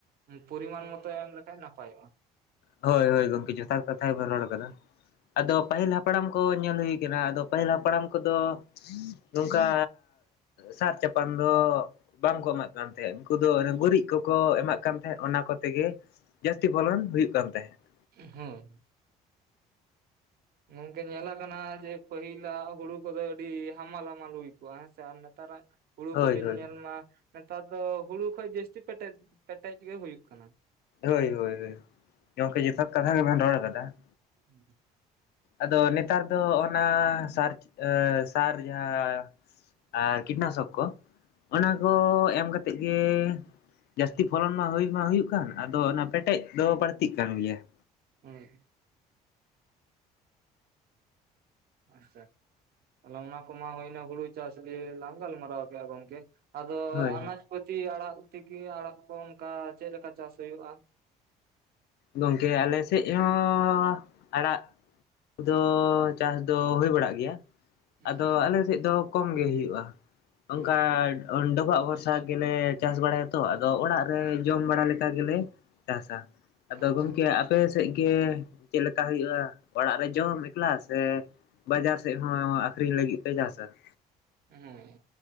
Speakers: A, on the right; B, on the left.
A: ᱯᱚᱨᱤᱢᱟᱱ ᱢᱚᱛᱚ ᱮᱢ ᱞᱮᱠᱷᱟ ᱱᱟᱯᱟᱭᱚᱜ-ᱟ ᱾
B: ᱦᱳᱭ ᱦᱳᱭ ᱜᱚᱢᱠᱮ ᱡᱚᱛᱷᱟᱛ ᱠᱟᱛᱷᱟ ᱜᱮᱵᱚᱱ ᱨᱚᱲ ᱠᱟᱫᱟ ᱾ ᱟᱫᱚ ᱯᱟᱹᱦᱤᱞ ᱦᱟᱯᱼᱼ ᱦᱟᱯᱲᱟᱢ ᱠᱚ ᱧᱮᱞ ᱦᱩᱭ ᱠᱟᱱᱟ ᱟᱫᱚ ᱯᱟᱹᱦᱤᱞ ᱦᱟᱯᱲᱟᱢ ᱠᱚᱫᱚ ᱱᱚᱝᱠᱟᱼᱼ ᱥᱟᱨ ᱪᱟᱯᱟᱱ ᱫᱚ ᱵᱟᱝᱠᱚ ᱮᱢᱟᱜ ᱠᱟᱱ ᱛᱟᱦᱮᱸᱫ ᱾ ᱩᱱᱠᱩ ᱫᱚ ᱜᱩᱨᱤᱡ ᱠᱚᱠᱚ ᱮᱢᱟᱜᱼᱼ ᱠᱟᱱ ᱛᱟᱦᱮᱸᱜ ᱚᱱᱟ ᱠᱚᱛᱮ ᱜᱮ ᱡᱟᱹᱥᱛᱤ ᱯᱷᱚᱞᱚᱱ ᱦᱩᱭᱩᱜ ᱠᱟᱱ ᱛᱟᱦᱮᱸᱫ ᱾
A: ᱦᱚᱸ ᱜᱚᱝᱠᱮ ᱧᱮᱞ ᱟᱠᱟᱱᱟ ᱡᱮ ᱯᱟᱹᱦᱤᱞᱟᱜ ᱦᱩᱲᱩ ᱠᱚᱫᱚ ᱟᱹᱰᱤ ᱦᱟᱢᱟᱞ ᱦᱟᱢᱟᱞ ᱦᱩᱭ ᱠᱚᱜ-ᱟ ᱦᱮᱸᱥᱮ, ᱟᱨ ᱱᱮᱛᱟᱨ ᱟᱜᱼᱼ ᱦᱩᱲᱩ
B: ᱦᱳᱭ
A: ᱠᱚᱵᱤᱱ
B: ᱦᱳᱭ
A: ᱧᱮᱞ ᱢᱟ ᱱᱮᱛᱟᱨ ᱫᱚ ᱦᱩᱲᱩ ᱠᱷᱚᱡ ᱡᱟᱹᱥᱛᱤ ᱯᱮᱴᱮᱡ, ᱯᱮᱴᱮᱡ ᱜᱮ ᱦᱩᱭᱩᱜ ᱠᱟᱱᱟ ᱾
B: ᱦᱳᱭ ᱦᱳᱭ ᱜᱚᱢᱠᱮ ᱡᱚᱛᱷᱟᱛ ᱠᱟᱛᱷᱟ ᱜᱮ ᱵᱮᱱ ᱨᱚᱲ ᱠᱟᱫᱟ ᱾
A: ᱦᱩᱸ <unintelligible>
B: ᱟᱫᱚ ᱱᱮᱛᱟᱨ ᱫᱚ ᱚᱱᱟ ᱥᱟᱨ ᱥᱟᱨ ᱡᱟᱦᱟᱸᱼᱼ ᱟᱨ ᱠᱤᱴᱱᱟᱥᱚᱠ ᱠᱚᱼᱼ
A: ᱦᱳᱭ
B: ᱚᱱᱟ ᱠᱚ ᱮᱢ ᱠᱟᱛᱮᱫ ᱜᱮ ᱡᱟᱹᱥᱛᱤ ᱯᱷᱚᱞᱚᱱ ᱢᱟ ᱦᱩᱭ ᱢᱟ ᱦᱩᱭᱩᱜ ᱠᱟᱱ ᱾ ᱟᱫᱚ ᱚᱱᱟ ᱯᱮᱴᱮᱡ ᱫᱚ ᱵᱟᱹᱲᱛᱤᱜ ᱠᱟᱱ ᱜᱮᱭᱟ ᱾
A: ᱦᱩᱸ ᱾ ᱟᱪᱪᱷᱟ, ᱚᱱᱟ ᱠᱚᱢᱟ ᱦᱩᱭᱱᱟ ᱦᱩᱲᱩ ᱪᱟᱥ ᱜᱮ ᱞᱟᱝ ᱜᱟᱞᱢᱟᱨᱟᱣ ᱠᱮᱫ-ᱟ ᱜᱚᱝᱠᱮ ᱾ ᱟᱫᱚ
B: ᱦᱳᱭ
A: ᱟᱱᱟᱡ ᱯᱟᱹᱛᱤ ᱟᱲᱟᱜ ᱛᱮᱜᱮ ᱟᱲᱟᱜ ᱠᱚ ᱚᱱᱠᱟ ᱪᱮᱫ ᱞᱮᱠᱟ ᱪᱟᱥ ᱦᱩᱭᱩᱜ-ᱟ?
B: ᱜᱚᱝᱠᱮ ᱟᱞᱮ ᱥᱮᱫ ᱦᱚᱸ ᱟᱲᱟᱜᱼᱼ ᱩᱱᱠᱩ ᱫᱚ ᱪᱟᱥ ᱫᱚ ᱦᱩᱭ ᱵᱟᱲᱟᱜ ᱜᱮᱭᱟ ᱾ ᱟᱫᱚ
A: ᱟᱪᱪᱷᱟ
B: ᱟᱞᱮ ᱥᱮᱫ ᱫᱚ ᱠᱚᱢ ᱜᱮ ᱦᱩᱭᱩᱜ-ᱟ ᱾
A: ᱦᱮᱸ
B: ᱚᱱᱠᱟᱼᱼ ᱚᱰᱚᱵᱟᱜ ᱵᱷᱚᱨᱥᱟ ᱜᱮᱞᱮ ᱪᱟᱥ ᱵᱟᱲᱟᱭᱟ ᱛᱚ, ᱟᱫᱚ ᱚᱲᱟᱜ ᱨᱮ ᱡᱚᱢ ᱵᱟᱲᱟ ᱞᱮᱠᱟ ᱜᱮᱞᱮᱼᱼ ᱪᱟᱥᱟ ᱾ ᱟᱫᱚ
A: ᱟᱪᱪᱷᱟ
B: ᱜᱚᱢᱠᱮ ᱟᱯᱼᱼ ᱟᱯᱮ ᱥᱮᱫ ᱜᱮ ᱪᱮᱫ ᱞᱮᱠᱟ ᱦᱩᱭᱩᱜ-ᱟ ᱾ ᱚᱲᱟᱜ ᱨᱮ ᱡᱚᱢ ᱮᱠᱞᱟ ᱥᱮᱼᱼ ᱵᱟᱡᱟᱨ ᱥᱮᱫ ᱦᱚᱸ ᱟᱠᱷᱨᱤᱧ ᱞᱟᱹᱜᱤᱫ ᱯᱮ ᱪᱟᱥᱟ ᱾
A: ᱦᱮᱸ